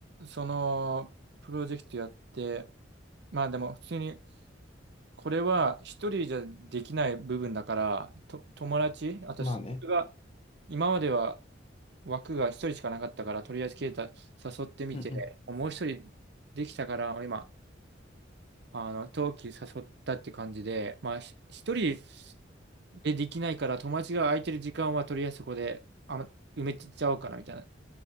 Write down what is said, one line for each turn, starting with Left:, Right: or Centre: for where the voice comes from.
Right: その、プロジェクトやって、まあでも、普通にこれは一人じゃできない部分だから、と、友達、あとそれが、
Left: まあね。
Right: 今までは枠が一人しかなかったから、とりあえずケイタ誘ってみて、
Left: うんうん。
Right: もう一人できたから、今、あの、冬季誘ったって感じで、まあ、ひ一人でできないから、友達が空いてる時間はとりあえずそこで、あ、埋めちゃおうかなみたいな、